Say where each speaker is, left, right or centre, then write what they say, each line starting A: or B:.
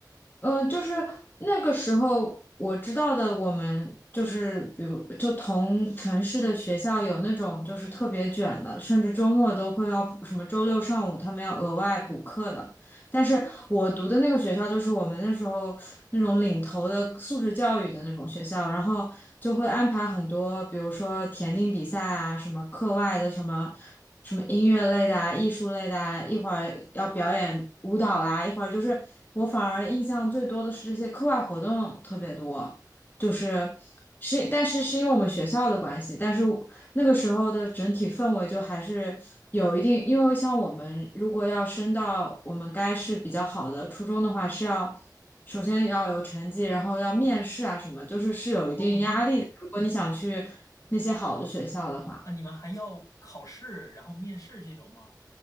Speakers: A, on the left; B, on the left.
A: 呃，就是那个时候我知道的，我们就是比如就同城市的学校有那种就是特别卷的，甚至周末都会要什么周六上午他们要额外补课的。但是我读的那个学校就是我们那时候那种领头的素质教育的那种学校，然后就会安排很多，比如说田径比赛啊，什么课外的什么什么音乐类的啊，艺术类的啊，一会儿要表演舞蹈啦，一会儿就是我反而印象最多的是这些课外活动特别多，就是是，但是是因为我们学校的关系，但是。那个时候的整体氛围就还是有一定，因为像我们如果要升到我们该是比较好的初中的话，是要首先要有成绩，然后要面试啊什么，就是是有一定压力的。
B: 哦，
A: 如果你想去那些好的学校的话，
B: 啊，你们还要考试，然后面试这种吗？